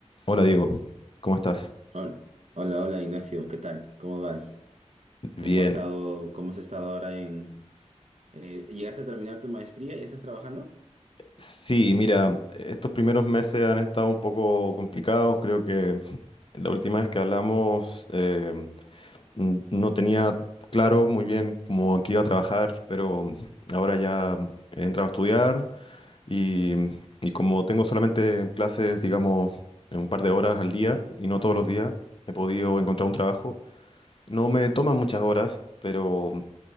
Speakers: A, on the left; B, on the right.
A: Hola Diego, ¿cómo estás?
B: Hola, hola, hola, Ignacio, ¿qué tal? ¿Cómo vas?
A: Bien.
B: ¿Cómo has estado, cómo has estado ahora en... eh, ¿llegaste a terminar tu maestría? y estás trabajando?
A: Sí, mira, estos primeros meses han estado un poco complicados. Creo que la última vez que hablamos eh, n- no tenía claro muy bien cómo en qué iba a trabajar, pero ahora ya he entrado a estudiar y, y como tengo solamente clases, digamos, en un par de horas al día y no todos los días, he podido encontrar un trabajo. No me toman muchas horas, pero